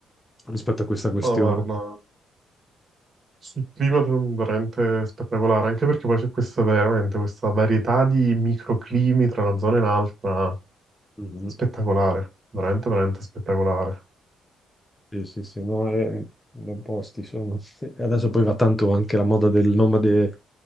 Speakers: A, on the left; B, on the right.
A: rispetto a questa questione.
B: No, guarda, sul clima è veramente spettacolare, anche perché poi c'è questa veramente questa varietà di microclimi tra una zona e un'altra,
A: Mhm.
B: spettacolare, veramente veramente spettacolare.
A: Sì, sì, sì, no, è... ben posti sono. <laughs> E Adesso poi va tanto anche la moda del nomade